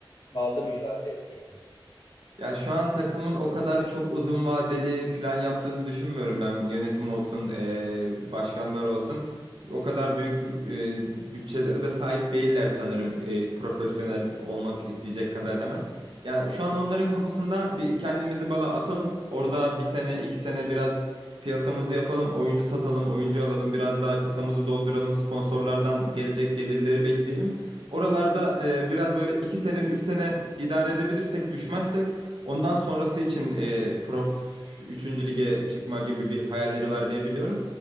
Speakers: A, on the left; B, on the right.
A: Bal'da mücadele etmek mi?
B: Ya şu an takımın o kadar çok uzun vadeli plan yaptığını düşünmüyorum ben. Yönetim olsun, eee, başkanlar olsun. O kadar büyük eee bütçelere de sahip değiller sanırım eee, profesyonel olmak isteyecek kadar hemen. Yani şu an onların kafasında bir kendimizi bala atalım. Orada bir sene, iki sene biraz piyasamızı yapalım, oyuncu satalım, oyuncu alalım, biraz daha kasamızı dolduralım, sponsorlardan gelecek gelirleri bekleyelim. Oralarda eee, biraz böyle iki sene, üç sene idare edebilirsek, düşmezsek Ondan sonrası için e, Prof üçüncü lige çıkma gibi bir hayalleri var diye biliyorum.